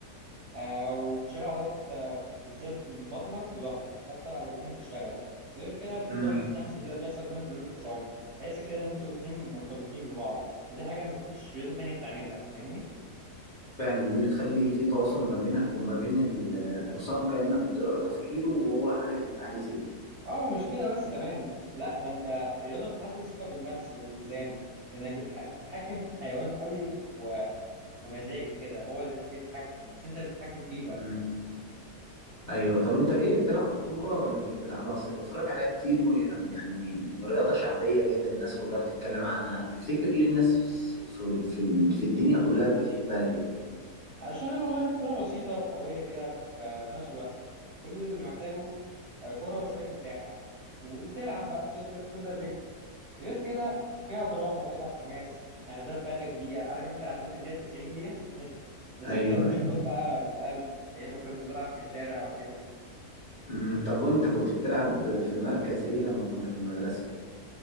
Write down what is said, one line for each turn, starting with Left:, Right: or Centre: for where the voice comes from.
Right: آه، وبتشغل عضلات آه، بالذات بطنك وظهرك اكتر عضلتين بتشتغل غير كده في
Left: مم.
Right: ترابط نفسي كده بيحصل بينك وبين الحصان تحس كده ان انتوا الاتنين مرتبطين ببعض ودي حاجه مفيش رياضه تانية بتعملها فاهمني
Left: فعلا دي بتخلي في تواصل ما بينك وما بين ال- الحصان كأنك بتقرأ تفكيره وهو عارف انت عايز ايه
Right: اه ومش كده بس كمان لا ده انت الرياضه بتعزز الثقه بالنفس والاتزان لانك بتح... بتتحكم في حيوان قوي و... ومزاجي كده هو اللي بيحب يتحكم بس انت بتتحكم فيه بقى
Left: مم. ايوه طب انت ايه بتلعب كوره ولا مش بتلعبها اصل بتفرج عليها كتير ويعني يعني رياضه شعبيه جدا الناس كلها بتتكلم عنها تفتكر ليه الناس في ال- في ال- في الدنيا كلها بتحبها كده
Right: عشان أنا والله الكرة بسيطة وقوية كده في في نفس الوقت كل اللي محتاجه آه، كرة وشوية مساحة وتلعب بقى تبدأ تبدأ تجري غير كده فيها دراما كده وحماس أهداف في آخر دقيقة عارف أنت أهداف في الدقيقة 90 ديت <laughs> وذكريات
Left: ايوه ايوه
Right: تفضل بقى في القلب أيام ما كنا بنلعب في الشارع وكده
Left: أمم، طب وانت كنت بتلعب في مركز ايه لما كنا في المدرسه